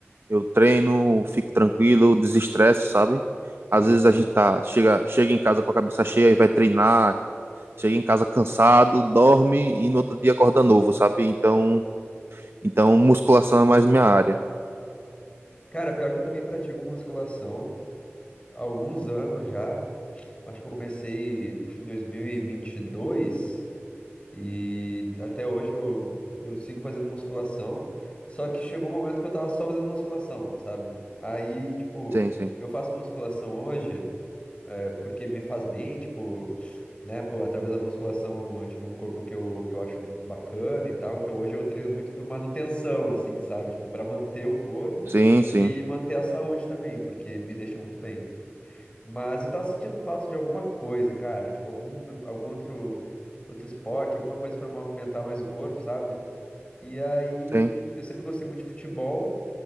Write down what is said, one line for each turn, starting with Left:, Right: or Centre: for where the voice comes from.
Right: Eu treino, fico tranquilo, desestresso, sabe? Às
Left: Sim,
Right: vezes
Left: sim.
Right: a gente tá, chega, chega em casa com a cabeça cheia e vai treinar, chega em casa cansado, dorme e no outro dia acorda novo, sabe? Então, então musculação é mais minha área.
Left: Cara, pior que eu também pratico musculação há alguns anos já. Acho que eu comecei em 2022. E até hoje eu, eu sigo fazendo musculação. Só que chegou um momento que eu tava só fazendo musculação, sabe? Aí, tipo,
Right: Sim, sim.
Left: eu faço musculação hoje é porque me faz bem, tipo, né? Pô, através da musculação eu tive um corpo que eu, que eu acho bacana e tal. Então hoje eu treino muito por manutenção, assim, sabe? Tipo, pra manter o corpo
Right: Sim, sim.
Left: e manter a saúde também, porque me deixa muito bem. Mas eu tava sentindo falta de alguma coisa, cara. Tipo, algum, algum outro, outro esporte, alguma coisa pra movimentar mais o corpo, sabe? E aí,
Right: tem
Left: eu sempre gostei muito de futebol,